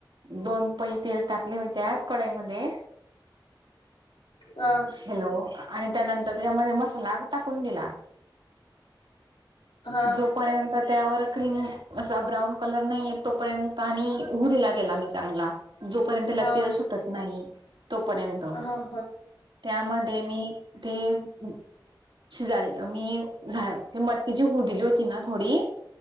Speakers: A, on the right; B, on the left.
A: दोन पई तेल टाकले मी त्यात कढाईमध्ये.
B: अं.
A: हॅलो! आणि त्यानंतर त्याच्यामध्ये मसाला टाकून दिला.
B: हा हा
A: जोपर्यंत त्यावर क्रीम असा ब्राऊन कलर नाही येत. तोपर्यंत आणि होऊ दिला तेला मी चांगला. जोपर्यंत त्याला
B: हा
A: तेल सुटत नाही तोपर्यंत.
B: हा
A: त्यामध्ये मी थेंब शिजाल मी झा मटची हु दिली होती ना थोडी